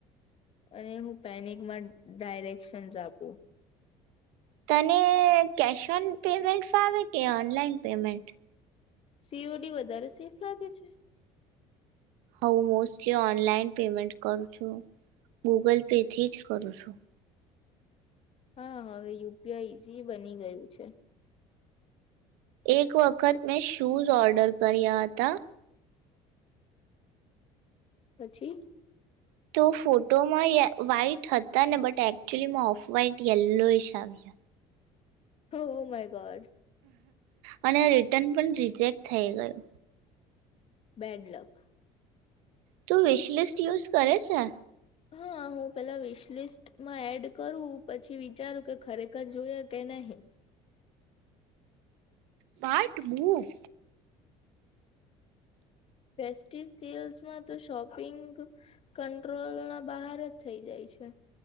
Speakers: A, on the left (about 40°); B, on the right (about 85°).
A: અને હું પેનિકમાં ડાયરેકશનસ આપું.
B: તને કેશ ઓન પેમેન્ટ ફાવે કે online payment?
A: C O D વધારે સેફ લાગે છે.
B: હવ મોસ્ટલી ઓનલાઈન પેમેન્ટ કરું છું ગૂગલ પેથી જ કરું છું.
A: હા હવે યુ પી આઈ ઇઝી બની ગયું છે.
B: એક વખત મેં શૂઝ ઓર્ડર કર્યા હતા
A: પછી?
B: તો ફોટોમાં વ્હાઈટ હતા ને but actually off white yellowish આવ્યા.
A: હો ઓહ માય ગોડ!
B: અને આ રિટર્ન પણ રિજેક્ટ થઈ ગયું.
A: Bad luck.
B: તું વિશલિસ્ટ યુઝ કરે છે?
A: હા હું પેલા વિશલિસ્ટમાં એડ કરું પછી વિચારું કે ખરેખર જોઈએ કે નહીં.
B: પાર્ટ મૂવ
A: ફેસ્ટિવ સેલ્સમાં તો શોપિંગ કંટ્રોલના બહાર જ થઇ જાય છે.